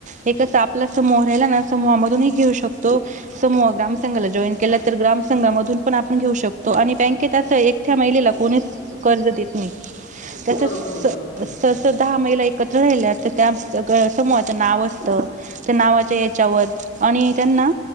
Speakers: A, on the right (about 40°); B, on the left (about 60°).
A: हे कस आपला समूह राहिला ना समूहामधूनही घेऊ शकतो. समूह ग्राम संघाला जॉईन केला तर ग्राम संघामधून पण आपण घेऊ शकतो आणि बँकेत अस एकट्या महिलेला कोणीच कर्ज देत नाय त्याचच
B: बरोबर आहे बरोबर आहे
A: स - स दहा महिला एकत्र राहिल्या तर त्या समूहाचं नाव असतं. त्या नावाच्या याच्यावर आणि त्यांना